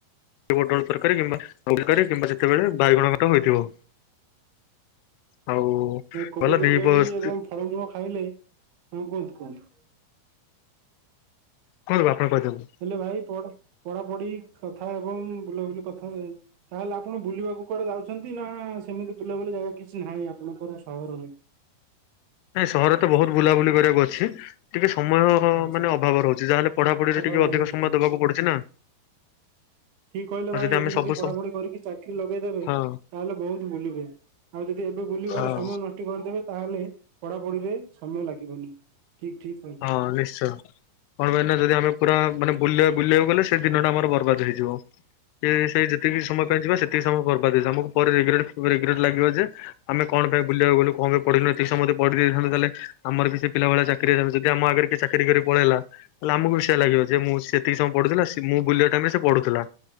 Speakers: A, on the left; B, on the right.
A: ପୋଟଳ ତରକାରୀ କିମ୍ବା କିମ୍ବା ଯେତେବେଳେ ବାଇଗଣ ଘାଣ୍ଟ ହୋଇଥିବ। ଆଉ
B: କୋବି
A: ଗଲା
B: ତରକାରୀ
A: ଦି କୁହନ୍ତୁ
B: ଏବଂ ଫଳମୂଳ ଖାଇଲେ। ହଁ କୁହନ୍ତୁ କୁହନ୍ତୁ।
A: କୁଣନ୍ତୁ ଆପଣ। କହିଦିଅନ୍ତୁ
B: ହେଲେ ଭାଇ ପଢ ପଢାପଢି କଥା ହେବ। ଏବଂ ବୁଲାବୁଲି କଥାଏ ତାହେଲେ ଆପଣ ବୁଲିବାକୁ କୁଆଡେ ଯାଉଛନ୍ତି ନା ସେମିତି ବୁଲାବୁଲି ଜାଗା କିଛି ନାହିଁ। ନାଇଁ ଆପଣ ଙ୍କ ସହରହୋଇ।
A: ନାଇଁ ସହର ତ ବହୁତ ବୁଲାବୁଲି କରିବାକୁ ଅଛି। ଟିକେ ସମୟ
B: ଆଚ୍ଛା ଆଚ୍ଛା
A: ମାନେ ଅଭାବ ରହୁଛି ଯାହାେଲେ ପଢାପଢିରେ
B: ଅଭାବ
A: ଟିକେ ଅଧିକ
B: ରହୁଛି
A: ସମୟ
B: ଠିକ
A: ଦବାକୁ ପଡୁଛି ନା। <inaudible>
B: ଠିକ କହିଲେ
A: ଆଉ
B: ଭାଇ
A: ଆମେ
B: ଏବେ
A: ସବୁ
B: ଯଦି ପଢାପଢି
A: ସମ
B: କରିକି ଚାକିରି ଲଗେଇଦେବେ
A: ହଁ
B: ତାହେଲେ ବହୁତ ବୁଲିବେ। ଆଉ ଯଦି ଏବେ ବୁଲିବାର
A: ହଁ
B: ସମୟ ନଷ୍ଟ କରିଦେବେ ତାହେଲେ ପଢାପଢିରେ ସମୟ ଲାଗିବନି। ଠିକ ଠିକ କହିଲେ
A: ହଁ ନିଶ୍ଚୟ କଣ ପାଇଁନା ଯଦି ଆମେ ପୁରା ମାନେ ବୁଲିବା ବୁଲିବାକୁ ଗଲେ ସେ ଦିନଟା ଆମର ବର୍ବାଦ ହେଇଯିବ। ସେ ସେଇ ଯେତିକି ସମୟ ପାଇଁ ଯିବା ସେତିକି ସମୟ ବରର୍ବାଦ ହେଇଯିବ ଆମକୁ ପରେ ରିଗ୍ରେଟ ଲାଗିବ ଯେ ଆମେ କଣ ପାଇଁ ବୁଲିବାକୁ ଗଲୁ କଣ ପଢିଲୁନି ଏତିକି ସମୟେ ପଢିଦେଇଥାନ୍ତେ ତାହେଲେ ଆମର ବି ସେ ପିଲା ଭଳିଆ ଚାକିରି। ହେଇଥାନ୍ତା ଯଦି ଆମ ଆଗରେ କି ଚାକିରି କରି ପଳେଇଲା ତାଲେ ଆମକୁ ବି ସେୟା ଲାଗିବ ଯେ ମୁଁ ସେତିକି ସମୟ ପଢୁଥିଲା ନା ମୁଁ ବୁଲିବା ଟାଇମ୍ ରେ ସେ ପଢୁ ପଢୁଥିଲା।